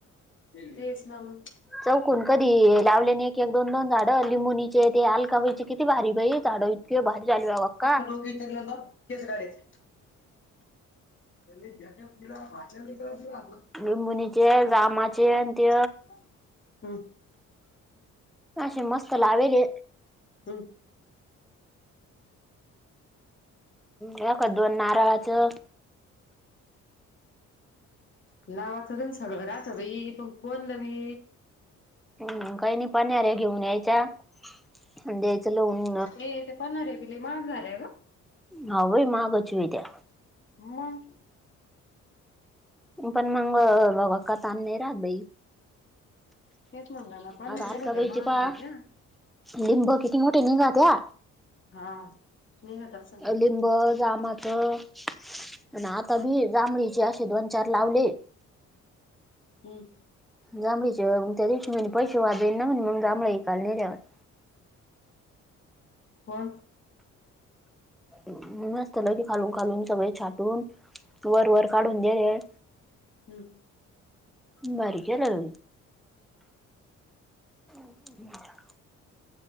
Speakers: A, on the left (about 40°); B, in the centre.
A: तेच मग.
B: चौकून कधी लावलेने. एक दोन दोन झाडं अिमोनीचे ते आलकावाईची किती भारी बाई झाडं इतके भारी लूघ.
A: आता रोगी त्यालं केस करायच. त्या बटक तिला भाचन ला.
B: लिंबुणीचे जामाचे अन ते
A: <unintelligible> हम्.
B: असे मस्त लावेले.
A: हम्.
B: काख दोन नारळाचं.
A: लावाच पण सगळं राहत ह बाई पण कोण लावी.
B: ह काही नाही पाणीरे घेऊन यायच्या द्यायचं लहून.
A: हे ते पनधरे पिले माग झाले ग.
B: हाव बाई माहागच वित्या
A: म!
B: पण मंग कथान नाही राहत बाई.
A: तेच म्हणलं ना पन्हाऱ्या
B: आता आलका
A: भले
B: बाईचे
A: महाग
B: पहा!
A: येईन त्या
B: लिंब किती मोठे घेऊन जातिया.
A: हा! निघत असन
B: लिंब जा मक आणि आता बी जांभळीचे असे दोन चार लावले.
A: हम्म!
B: जांभळीचे मग त्या दिवशी म्हणी पैसे वाजेना म्हणे मग जांभळा इकाईला नेले वाटत.
A: पण
B: मग खालून खालून सगळे छाटून तू वर वर काढून दे.
A: हम्म!
B: भारी केलं <inaudible>